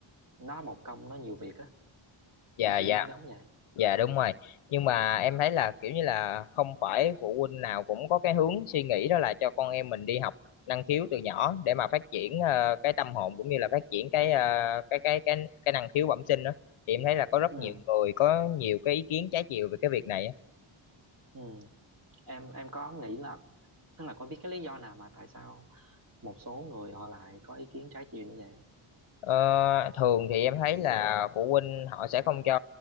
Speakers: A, on the right; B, on the left.
A: nó một công nó nhiều việc á
B: dạ
A: theo kiểu
B: dạ
A: giống giống vậy
B: Dạ đúng rồi. Nhưng mà em thấy là kiểu như là không phải phụ huynh nào cũng có cái hướng suy nghĩ đó là cho con em mình đi học năng khiếu từ nhỏ để mà phát triển ờ, cái tâm hồn cũng như là phát triển cái ờ, cái cái cái cái năng khiếu bẩm sinh đó. Thì em thấy là có rất
A: ừ
B: nhiều người có nhiều cái ý kiến trái chiều về cái việc này. á.
A: ừ em em có nghĩ là tức là có biết cái lý do nào mà tại sao một số người họ lại có ý kiến trái chiều như vậy không?
B: Ờ, thường thì em thấy là phụ huynh họ sẽ không cho